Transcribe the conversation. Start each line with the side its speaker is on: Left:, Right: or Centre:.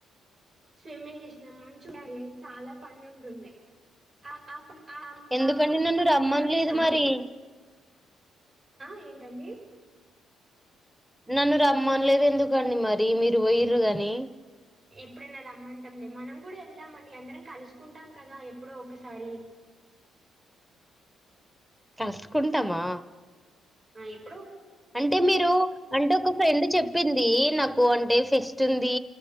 Right: స్విమ్మింగ్ చేసినాం మంచువారె చాలా ఫన్ ఉంటుండే అ ఆఫ్ అ
Centre: ఎందుకండి నన్ను
Right: అప్పుడు
Centre: రమ్మనలేదు
Right: ఎంజాయ్ చేసాము
Centre: మరి
Right: ఆ ఏంటండి
Centre: నన్ను రమ్మన్లేదు ఎందుకండి మరి మీర్ పోయిర్రు గాని
Right: ఎప్పుడున్న రమ్మంటంలే మనం కూడా వెళ్దాం అండి. అందరం కలుసుకుంటాం. కదా ఎప్పుడో ఒకసారి
Centre: కలుసుకుంటామా
Right: ఆ ఇప్
Centre: అంటే మీరు అంటే ఒక ఫ్రెండ్ చెప్పింది నా నాకు అంటే ఫెస్ట్ ఉంది.